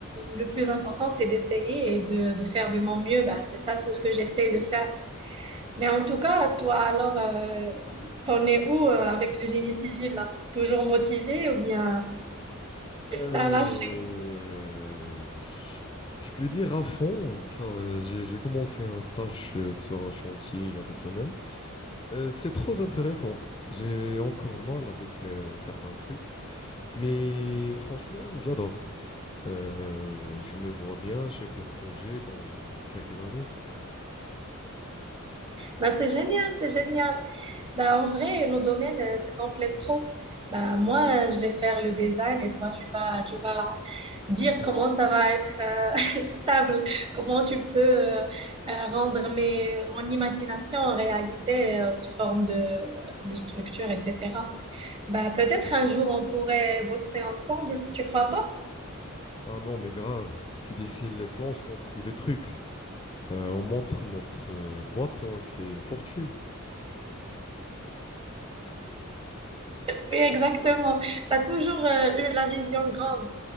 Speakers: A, on the right; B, on the left.
A: le plus important, c'est d'essayer et de, de faire de mon mieux. Bah, c'est ça ce que j'essaie de faire. Mais en tout cas, toi, alors, euh, t'en es où euh, avec le génie civil là? Toujours motivé ou bien
B: Euh,
A: t'as lâché?
B: je je peux dire à fond, car euh, j'ai j'ai commencé un stage euh, sur un chantier il y a deux semaines. Euh, c'est trop intéressant. J'ai encore mal avec euh, certains trucs, mais franchement, j'adore. Euh, je me vois bien chef de projet dans quelques années.
A: Bah, c'est génial, c'est génial. Bah, en vrai, nos domaines euh, se complètent trop. Bah, moi, euh, je vais faire le design et toi, tu vas, tu vas dire comment ça va être euh, <laughs> stable, comment tu peux euh, euh, rendre mes, mon imagination en réalité euh, sous forme de, de structure, etc. Bah, peut-être un jour on pourrait bosser ensemble, tu crois pas?
B: Ah non, mais grave, tu dessines les plans, je construis le truc. Euh, on montre notre euh, boîte et on fait fortune.
A: Oui, exactement. T'as toujours euh, eu la vision grande.